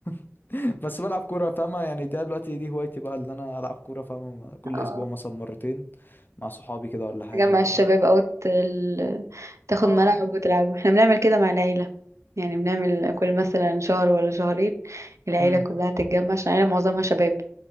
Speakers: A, on the left (about 40°); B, on the right (about 75°).
A: <laughs> بس بلعب كورة فاهمة يعني ده دلوقتي دي هوايتي بقى اللي انا العب كورة فاهمة كل
B: اه
A: اسبوع مثلا مرتين مع صحابي كده ولا حاجة
B: تجمع الشباب او تل... تاخد
A: اه
B: ملعب وتلعبوا احنا بنعمل كده مع العيلة يعني بنعمل كل مثلا شهر ولا شهرين العيلة
A: امم
B: كلها تتجمع عشان العيلة معظمها شباب